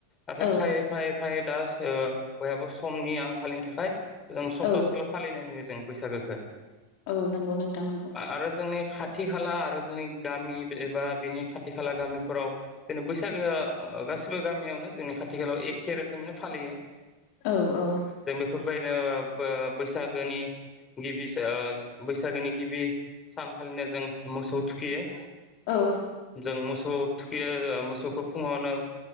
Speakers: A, on the left; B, on the left.
A: नाथाय
B: औ
A: फायै फायै फायै दा बयहाबो समनि आंखालनि थाखाय जों सप्तासेल'
B: औ
A: फालिनाय नुयो जों बैसागोखौ।
B: औ नंगौ नोंथां नंगौ।
A: आरो जोंनि खाथि खाला आर'जना गामि एबा बिनि खाथि खाला गामि फोराव जों बैसागो गासिबो गामियावनो जोंनि खाथि खायालाव एखे रोखोमैनो फालियो।
B: औ औ
A: जों बेफोरबायदिनो बैसागोनि गिबि बैसागोनि गिबि सानखालिनो जों मोसौ थुखियो।
B: औ
A: जों मोसौ थुखैयो मोसौखौ फुङावनो